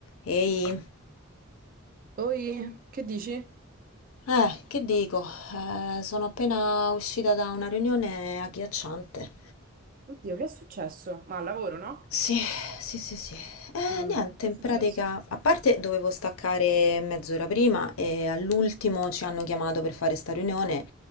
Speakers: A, on the left (about 80°); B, on the right (about 40°).
A: Ehi,
B: Oi, che dici?
A: eh, che dico? Eh, sono appena uscita da una riunione agghiacciante.
B: Oddio, che è successo? Ma al lavoro, no?
A: Sì, sì, sì, sì. Eh,
B: Mm,
A: niente,
B: che
A: in
B: è successo?
A: pratica, a parte dovevo staccare mezz'ora prima e all'ultimo ci hanno chiamato per fare sta riunione